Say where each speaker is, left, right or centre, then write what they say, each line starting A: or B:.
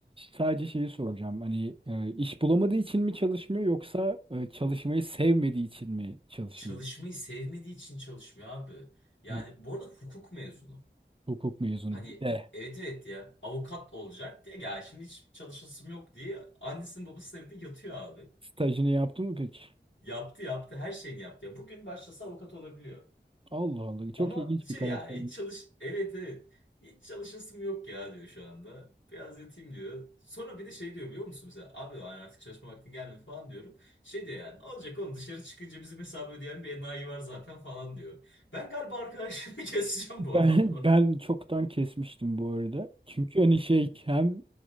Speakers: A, on the right (about 30°); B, on the left (about 85°).
A: sadece şeyi soracağım. Hani e, iş bulamadığı için mi çalışmıyor yoksa e, çalışmayı sevmediği için mi çalışmıyor?
B: Çalışmayı sevmediği için çalışmıyor abi. Yani
A: Hı.
B: bu arada hukuk mezunu.
A: Hukuk mezunu
B: Hani
A: bir de.
B: evet evet ya avukat olacak diye ya şimdi hiç çalışasım yok diye annesinin babasının evinde yatıyor abi.
A: Stajını yaptı mı peki?
B: Yaptı yaptı her şeyini yaptı. Ya bugün başlasa avukat olabiliyor.
A: Allah Allah çok
B: Ama
A: ilginç bir
B: şey
A: karaktermiş.
B: ya hiç çalış evet evet hiç çalışasım yok ya diyor şu anda. Biraz yatayım diyor. Sonra bir de şey diyor biliyor musun mesela abi hani artık çalışma vaktin gelmedi falan diyorum. Şey diyor yani olacak oğlum dışarı çıkınca bizim hesabı ödeyen bir enayi var zaten falan diyor. Ben galiba arkadaşımı <laughs> keseceğim bu
A: Ben
B: adamla.
A: ben çoktan kesmiştim bu arada. Çünkü hani şey hem